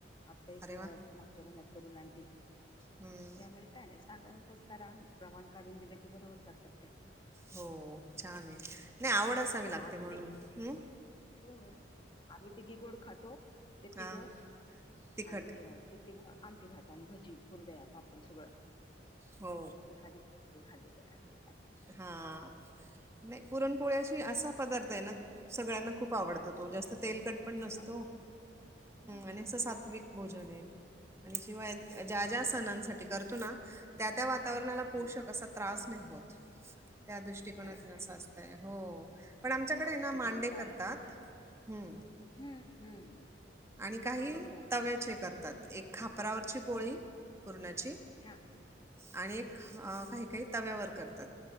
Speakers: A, on the left; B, on the right.
A: आता एक,
B: अरे वा!
A: मागच्या महिन्यात करून आणली,
B: हम्म.
A: त्यामुळे काय नाही, सांगायचंच करा प्रमाण, काढून दिले ते बरोबर करतात त्या.
B: हो छान आहे, नाही आवड असावी लागते
A: आम्ही
B: म्हणून. हम्,
A: हो आम्ही तिघी गोड खातो, ते
B: हा
A: तिघं,
B: तिखट
A: आणि त आमटी भाता, भजी, कुरड्या पापड सगळं
B: हो
A: आणि एखादी, पुरणपोळली खाली, तर खाली,
B: हा, नाही पुरणपोळ्या असा पदार्थ आहे, ना सगळ्यांना खूप आवडतो तो जास्त तेलकट, पण नसतो्
A: आवडते हा
B: आणि अस, सात्विक भोजन आहे, आणि शिवाय,
A: बरोबर
B: ज्या ज्या, सणांसाठी करतो ना. त्या त्या वातावरणाला पोषक
A: हम्म
B: असा त्रास नाही होत. त्या दृष्टीिकोनात,
A: खरंय खरंय
B: अस असतय हो, पण आमच्याकडे ना
A: गूळ
B: मांडे करतात
A: डाळ
B: हम्म
A: हम्म हम्म
B: आणि काही
A: मोठे मोठे
B: तव्याचे करतात एक खापरावरची पोळी पूरणाची
A: हां,
B: आणि एक काही काही, तव्यावर करतात.